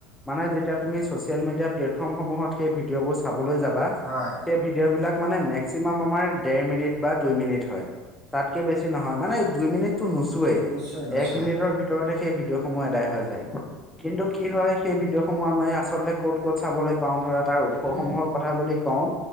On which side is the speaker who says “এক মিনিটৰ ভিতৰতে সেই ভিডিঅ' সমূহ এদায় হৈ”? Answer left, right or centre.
Centre